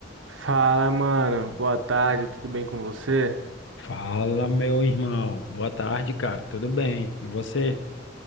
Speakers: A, on the right (about 85°); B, on the left (about 75°).
A: Fala, mano. Boa tarde, tudo bem com você?
B: Fala, meu irmão. Boa tarde, cara. Tudo bem? E você?